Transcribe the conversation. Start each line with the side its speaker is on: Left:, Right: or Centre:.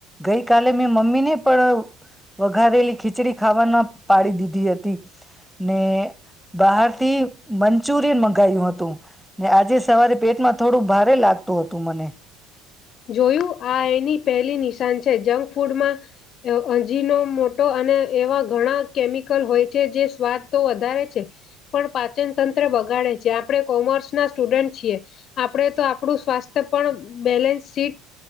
Centre: ગઈ કાલે મેં મમ્મીને પણ વઘારેલી ખીચડી ખાવાના પાડી દીધી હતી, ને બહારથી મંચુરિયન મંગાયું હતું, ને આજે સવારે પેટમાં થોડું ભારે લાગતું હતું મને.
Left: જોયું આ એની પહેલી નિશ તાન છે. જંક ફૂડમાં અ અન જીનો મોટો અને એવા ઘણા કેમિકલ હોય... જે જે સ્વાદ તો વધારે છે. પણ પાચન... તંત્ર બગાડે છે, આપણે કોમર્સ ના સ્ટુડન્ટ છીએ, આપણે તો આપણું સ્વાસ્થ્ય પણ બેલેન્સ... સીટ